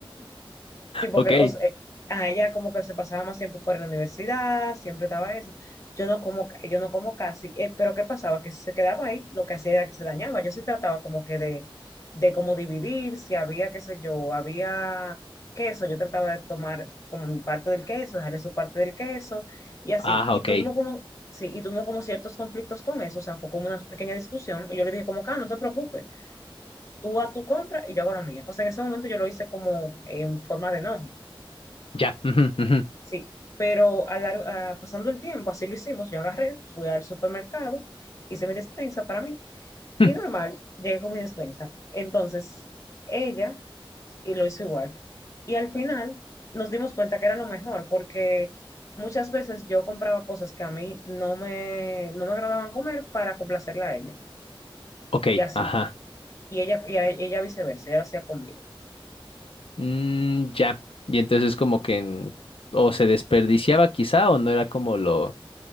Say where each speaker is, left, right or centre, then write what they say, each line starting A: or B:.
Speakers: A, on the left; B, on the left.
A: Sí, porque
B: ok.
A: o sea, eh, a ella como que se pasaba más tiempo fuera de la universidad, siempre estaba eso. Yo no como, ca- yo no como casi, eh, pero ¿qué pasaba? Que si se quedaba ahí, lo que hacía era que se dañaba. Yo sí trataba como que de, de como dividir, si había, qué sé yo, había queso, yo trataba de tomar como mi parte del queso, dejarle su parte del queso, y así.
B: Ah,
A: Y
B: ok.
A: tuvimos como, sí, y tuvimos como ciertos conflictos con eso, o sea, fue como una pequeña discusión, y yo le dije como, ah, no te preocupes, tú a tu compra y yo hago la mía. O sea, en ese momento yo lo hice como en forma de enojo
B: Ya. ujú, ujú,
A: Sí, pero a lar- a- pasando el tiempo, así lo hicimos, yo agarré, fui al supermercado, hice mi despensa para mí
B: ujú,
A: y normal, llegué con mi despensa. Entonces, ella y lo hizo igual. Y al final nos dimos cuenta que era lo mejor porque muchas veces yo compraba cosas que a mí no me, no me agradaban comer para complacerla a ella
B: Ok,
A: y así.
B: ajá.
A: Y ella, y a- ella viceversa, ella lo hacía conmigo.
B: Mm, ya. Y entonces como que en- o se desperdiciaba quizá o no era como lo...